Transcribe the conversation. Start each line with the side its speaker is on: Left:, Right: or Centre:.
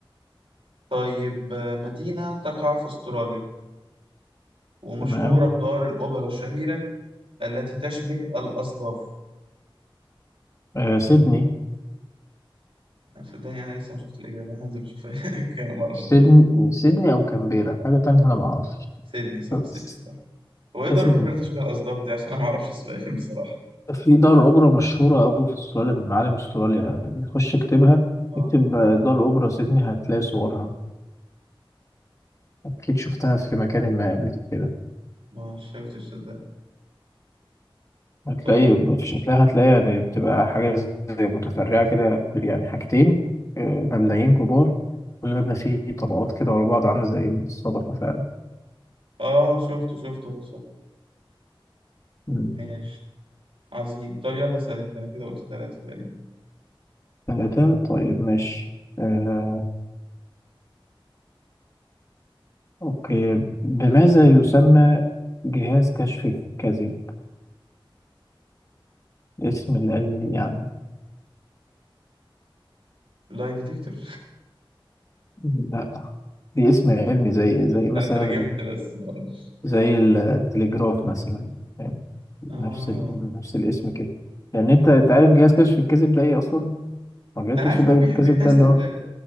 Right: طيب آه، مدينة تقع في استراليا ومشهورة
Left: تمام
Right: بدار الأوبرا الشهيرة التي تشبه الأصداف
Left: آه سيدني
Right: أنا صدقني أنا لسه ما شفت الإجابة هنزل أشوفها <laughs> أنا ما أعرفش
Left: سيدني
Right: الإجابة
Left: سيدني او كامبيرا حاجة تانية انا ما اعرفش
Right: سيدني صح سيدني
Left: بس
Right: صح هو إيه دار
Left: سيدني
Right: الأوبرا اللي تشبه الأصداف دي عشان أنا ما أعرفش السؤال <laughs> بصراحة
Left: في دار أوبرا مشهورة أوي في أستراليا من معالم أستراليا يعني خش اكتبها
Right: آه
Left: اكتب دار أوبرا سيدني هتلاقي صورها أكيد شفتها في مكان ما قبل كده
Right: ما شفتش صدق
Left: هتلاقي
Right: طيب
Left: في شكلها هتلاقي يعني بتبقى حاجة زي متفرعة كده يعني حاجتين آه، مبنيين كبار كل مبنى فيه طبقات كده ورا بعض عاملة زي الصدفة فعلا
Right: آه شفته شفته صح
Left: مم.
Right: ماشي عظيم طب يلا اسأل انت أنا كده قلت ثلاثة تقريبا
Left: ثلاثة طيب ماشي آه، أوكي بماذا يسمى جهاز كشف الكذب؟ اسم العلمي ليه يعني؟
Right: لاي ديتكتور
Left: لا دي اسم علمي زي
Right: <laughs>
Left: زي مثلا
Right: انا ترجمت بس معرفش.
Left: زي التليجراف مثلا فاهم
Right: اه
Left: نفس ال... نفس الاسم كده لان انت انت عارف جهاز كشف الكذب ده ايه اصلا مجال
Right: انا
Left: كشف
Right: عارف ان
Left: ده
Right: هو
Left: الكذب
Right: بيح- بيحس
Left: ده اللي
Right: ال...
Left: هو